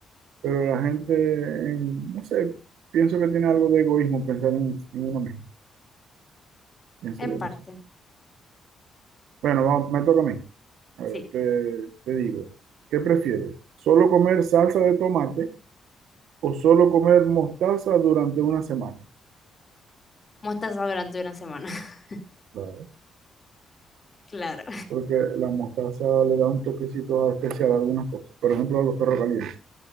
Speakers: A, on the right; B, on the left.
A: pero la gente, en- no sé, pienso que tiene algo de egoísmo pensar en, en uno mismo, pienso
B: en
A: yo,
B: parte,
A: no sé. Bueno, vamos, me toca a mí. A
B: sí.
A: ver, te, te digo, ¿qué prefieres? ¿Solo comer salsa de tomate o solo comer mostaza durante una semana?
B: Mostaza durante una semana, <laughs>
A: Claro.
B: claro.
A: Porque la mostaza le da un toquecito especial a algunas cosas, por ejemplo a los perros calientes.